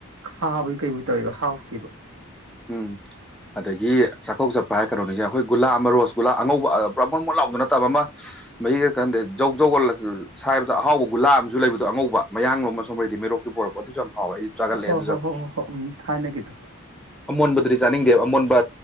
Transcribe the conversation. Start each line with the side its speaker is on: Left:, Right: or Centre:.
Right: ꯈꯥꯕꯣꯏ ꯀꯩꯕꯨꯏ ꯇꯧꯋꯦꯕ ꯍꯥꯎꯇꯦꯕ
Centre: ꯎꯝ ꯑꯗꯒꯤ ꯆꯥꯛꯀꯧꯕ ꯆꯠꯄ ꯍꯥꯏꯔ ꯀꯩꯅꯣ ꯅꯤꯖꯤꯡꯉꯦ ꯑꯩꯈꯣꯏ ꯒꯨꯂꯥ ꯑꯃ ꯔꯣꯁ ꯒꯨꯂꯥ ꯑꯉꯧꯕ ꯑ ꯄꯨꯔꯥ ꯕꯣꯟꯃꯣꯟ ꯂꯥꯎꯕꯗꯣ ꯅꯠꯇꯕ ꯑꯃ ꯃꯍꯤꯒ ꯀꯟꯗꯦ ꯖꯧꯖꯧꯒ ꯁꯥꯏꯕꯗ ꯑꯍꯥꯎꯕ ꯒꯨꯂꯥ ꯑꯃꯖꯨ ꯂꯩꯕꯗꯣ ꯑꯉꯧꯕ ꯃꯌꯥꯡꯂꯣꯝ ꯑꯁꯣꯝ ꯔꯩꯗꯤꯛ ꯃꯩꯔꯣꯛꯇꯒꯤ ꯄꯣꯔꯛ ꯑꯣ ꯑꯗꯨꯖꯨ ꯌꯥꯝ ꯐꯥꯎꯋꯦ ꯑꯩꯗꯤ ꯆꯥꯒꯜꯂꯦ
Right: ꯍꯣꯏ
Centre: ꯑꯗꯨꯖꯨ
Right: ꯍꯣꯏ ꯍꯣꯏ
Centre: ꯌꯥꯝ
Right: ꯍꯣꯏ ꯍꯣꯏ ꯎꯝ ꯊꯥꯏꯅꯒꯤꯗꯣ
Centre: ꯑꯃꯣꯟꯕꯗꯨꯗꯤ ꯆꯥꯅꯤꯡꯗꯦꯕ ꯑꯃꯣꯟꯕ